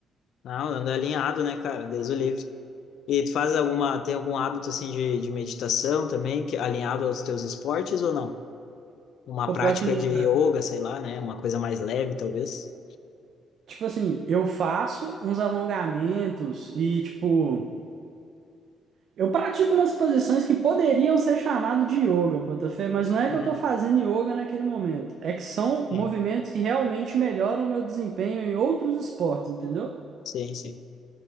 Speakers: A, on the left (about 70°); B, on the right (about 65°).
A: Não, anda alinhado, né, cara? Deus o livre. E tu faz alguma, tem algum hábito assim de, de meditação também, que é alinhado aos teus esportes ou não? uma
B: Pô,
A: prática
B: pior que não,
A: de
B: cara.
A: yoga, sei lá, né? Uma coisa mais leve, talvez.
B: Tipo assim, eu faço uns alongamentos e, tipo. Eu pratico umas posições que poderiam ser chamadas de yoga, Botafé, mas não é
A: Uhum,
B: que eu estou fazendo yoga naquele momento. É que são
A: tem.
B: movimentos que realmente melhoram o meu desempenho em outros esportes, entendeu?
A: Sim, sim.